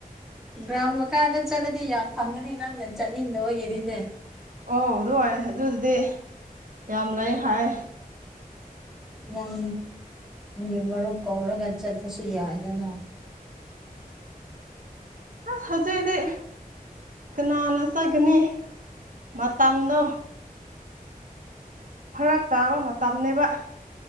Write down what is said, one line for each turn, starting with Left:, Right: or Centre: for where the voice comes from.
Centre: ꯒ꯭ꯔꯥꯎꯟ ꯃꯈꯥꯗ ꯆꯠꯂꯗꯤ ꯌꯥꯝ ꯐꯪꯒꯅꯤ ꯅꯪꯗ ꯆꯠꯅꯤꯡꯗꯕꯒꯤꯅꯤꯅꯦ
Right: ꯑꯧ ꯑꯗꯨ ꯑꯣꯏ ꯑꯗꯨꯗꯤ ꯌꯥꯝ ꯂꯩ ꯍꯥꯏ
Centre: ꯅꯪ ꯒꯤ ꯃꯔꯨꯞ ꯀꯧꯔꯒ ꯆꯠꯇꯄꯁꯨ ꯌꯥꯏꯗꯅ
Right: ꯑꯁ ꯍꯧꯖꯤꯛꯗꯤ ꯀꯅꯥꯅ ꯆꯠꯀꯅꯤ ꯃꯇꯝꯗꯣ ꯐꯔꯛ ꯇꯥꯕ ꯃꯇꯝꯅꯦꯕ